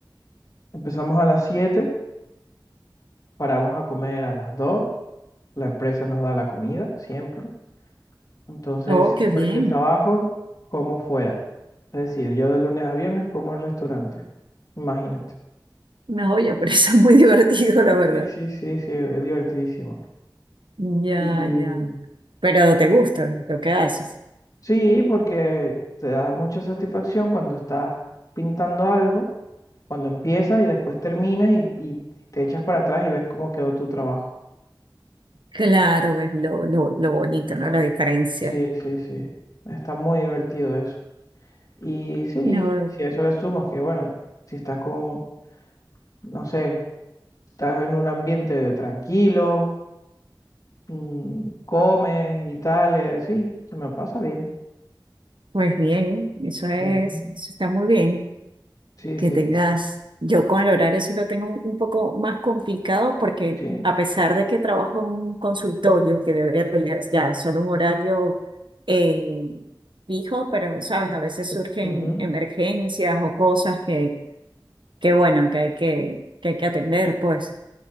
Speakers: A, on the left (about 45°); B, on the right (about 75°).
A: Empezamos a las 7, paramos a comer a las 2. La empresa nos da la comida, siempre. Entonces,
B: Oh,
A: siempre
B: qué bien.
A: que trabajo, como fuera. Es decir, yo de lunes a viernes como en restaurante. Imagínate.
B: No, oye, pero eso es muy <laughs> divertido, la verdad.
A: Sí, sí, sí, sí, es divertidísimo.
B: Ya,
A: Y,
B: ya.
A: mm,
B: Pero te gusta lo que haces.
A: Sí, porque te da mucha satisfacción cuando estás pintando algo, cuando empiezas y después terminas y, y te echas para atrás y ves cómo quedó tu trabajo.
B: Claro, ves lo, lo, lo bonito, ¿no? La diferencia.
A: Sí, sí, sí. Está muy divertido eso. Y sí,
B: No,
A: si a eso le sumas que, bueno, si estás con, no sé, estás en un ambiente tranquilo, mm, comes y tal, eh, sí, se me pasa bien.
B: pues bien, eso es,
A: Ujú.
B: eso está muy bien.
A: Sí,
B: Que
A: sí,
B: tengas,
A: total.
B: yo con el horario sí lo tengo un, un poco más complicado porque
A: Sí,
B: a pesar de que trabajo en un consultorio que debería tener ya solo un horario eh, fijo, pero sabes, a veces surgen
A: ujú,
B: emergencias o cosas que, que bueno, que hay que, que hay que atender, pues.